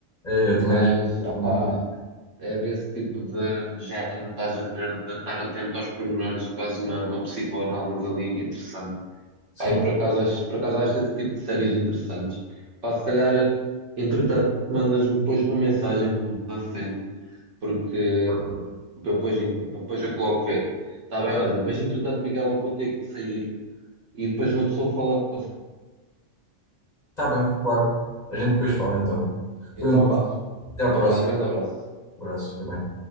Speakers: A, on the left; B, on the right.
A: É, eu
B: mas,
A: também,
B: opá,
A: eu também fui.
B: é desse tipo de, de género, estás a ver, de estar atento aos pormenores e quase uma, uma psicoanálise ali interessante.
A: Sim,
B: Pá, e por acaso, acho, por acaso acho esse tipo de séries interessantes. Pá, se calhar, entretanto, mandas-me depois uma mensagem da série, porque
A: claro, claro.
B: para eu depois, enco- para depois eu logo ver. Está bem, olha, mas entretanto, Miguel, eu vou ter que sair e depois uma pessoa fala,
A: Está bem, claro. A gente depois fala então.
B: então
A: Foi um gosto.
B: vá,
A: Até à
B: então
A: próxima.
B: vá, grande abraço.
A: Um Abraço, fica bem.